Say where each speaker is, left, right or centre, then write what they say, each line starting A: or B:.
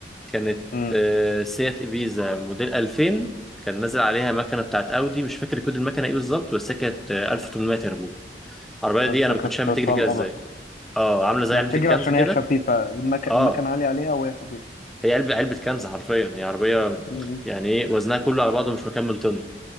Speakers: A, in the centre; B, on the left (about 45°).
A: كانت
B: امم
A: آه، سيات إبيزا موديل 2000 كان نازل عليها مكنه بتاعت اودي مش فاكر كود المكنه ايه بالظبط بس هي كانت آه، 1800 تربو العربيه دي انا
B: فكانت
A: ما كنتش فاهم بتجري
B: طلقه
A: كده ازاي
B: بقى
A: اه عامله زي
B: ما
A: علبه
B: بتجري
A: الكنز
B: عشان
A: كده
B: هي خفيفه المك... المكنه
A: اه
B: عاليه عليها وهي خفيفه
A: هي علبه علبه كنز حرفيا هي عربيه
B: مم.
A: يعني ايه وزنها كله على بعضه مش مكمل طن